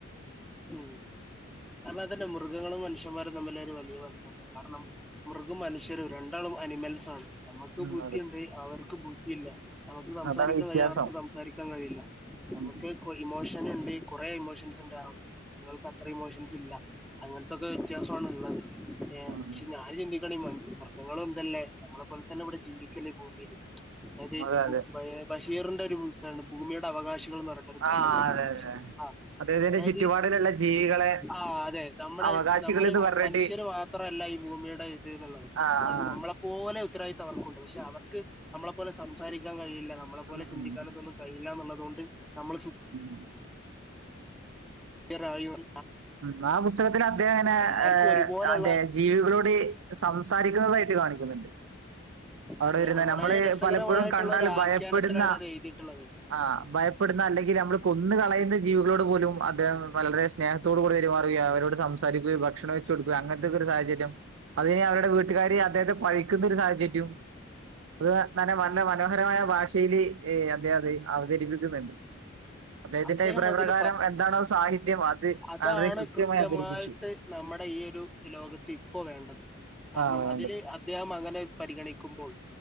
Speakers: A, in the centre; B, on the right.
A: ഉം അതന്നേ മൃഗങ്ങളും മനുഷ്യന്മാരും തമ്മില് ഒരു വലിയ ബന്ധണ്ട് കാരണം മൃഗം മനുഷ്യരും രണ്ടാളും അനിമൽസ് ആണ് നമ്മുക്ക്
B: ഉം
A: ബുദ്ധിയുണ്ട്
B: അതെ
A: അവർക്ക് ബുദ്ധിയില്ല നമുക്ക് സംസാരിക്കാൻ
B: അതാണ് വ്യത്യാസം
A: കഴിയും അവർക്ക് സംസാരിക്കാൻ കഴിയില്ല നമുക്ക്
B: ഉം
A: ഇമോഷൻ ഉണ്ട് കുറെ ഇമോഷൻസ് മൃഗങ്ങൾക്ക് അത്ര ഇമോഷൻസ് ഇല്ല അങ്ങനത്തൊക്കെ വിത്യാ വ്യത്യാസാനുള്ളത് ഏഹ്
B: ഉം
A: പക്ഷെ ഞാൻ ചിന്തി മൃഗങ്ങളും എന്തല്ലേ നമ്മളെ പോലെ തന്നെ ഇവിടെ ജീവിക്കല്ലേ ഈ ഭൂമിൽ അതായത്
B: ആഹ് അതെ അതെ
A: ബഷീറിന്റെ ഒരു പുസ്തകണ്ട് ഭൂമിയുടെ അവകാശി കൾ പറഞ്ഞിട്ട് ഒരു കഥണ്ട്
B: ആഹ് അതെ അതെ
A: ആഹ്
B: അതെ ഇതിന്റെ
A: അതായത്
B: ചുറ്റുപാടിലുള്ള ജീവികളെ
A: ആഹ് അതെ നമ്മളെ
B: അവകാശികൾ
A: നമ്മൾ
B: എന്ന് പറഞ്ഞിട്ട്
A: മനുഷ്യര് മാത്രല്ല ഈ ഭൂമിയുടെ ഇത് എന്നുള്ളത്
B: ആഹ്
A: അത്
B: ആഹ്
A: നമ്മളെ പോലെ ഉത്തരവാദിത്തം അവർക്കുണ്ട് പക്ഷെ അവർക്ക് നമ്മളെ പോലെ സംസാരിക്കാൻ കഴിയില്ല നമ്മളെ പോലെ
B: ആഹ്
A: ചിന്തിക്കാനൊക്കെ കഴിയില്ലാനുള്ളതുകൊണ്ട് നമ്മള്
B: ഉം
A: കേറായുൺ
B: ഉം ആഹ് പുസ്തകത്തിൽ അദ്ദേഹം ങ്ങനെ
A: എല്ലാവർക്കും ഒരുപോലെയുള്ള
B: അതെ ജീവികളോട് സംസാരിക്കുന്നതായിട്ട് കാണിക്കുന്നുണ്ട് അവിടെ
A: അത്
B: വരുന്ന
A: അത് വളരെ
B: നമ്മള്
A: രസകരമായിട്ടുള്ള
B: പലപ്പോഴും കണ്ടാൽ
A: ഒരു ആഖ്യാനത്തിലാണ്
B: ഭയപ്പെടുന്ന
A: അത് എഴുതിയിട്ടുള്ളത്
B: ആഹ് ഭയപ്പെടുന്ന അല്ലെങ്കിൽ നമ്മൾ കൊന്ന് കളയുന്ന ജീവികളോട് പോലും അദ്ദേഹം വളരെ സ്നേഹം ത്തോട് കൂടി പെരുമാറുക അവരോട് സംസാരിക്കുക ഭക്ഷണം വെച്ച് കൊടുക്കുക അങ്ങനത്തെക്ക ഒരു സാഹചര്യം അതിന് അവരുടെ വീട്ടുകാരി അദ്ദേഹത്തെ പഴിക്കുന്ന ഒരു സാഹചര്യും അത് നന്നെ നല്ല മനോഹരമായ ഭാഷൽ അദ്ദേഹത് അവതരിപ്പിക്കുന്നുണ്ട് അദേഹത്തിന്റെ
A: അദ്ദേഹം
B: അഭിപ്രായ
A: അതിൽ
B: പ്രകാരം എന്താണോ സാഹിത്യം അത്
A: ഇതാണ്
B: വളരെ കൃത്യമായി
A: കൃത്യമായിട്ട്
B: അവതരിപ്പിച്ചു.
A: നമ്മടെ ഈ ഒരു ലോകത്ത് ഇപ്പോ വേണ്ടത് കാരണം
B: ആഹ് വേണ്ടത്
A: അതില് അദ്ദേഹം അങ്ങനെ പരിഗണിക്കുമ്പോൾ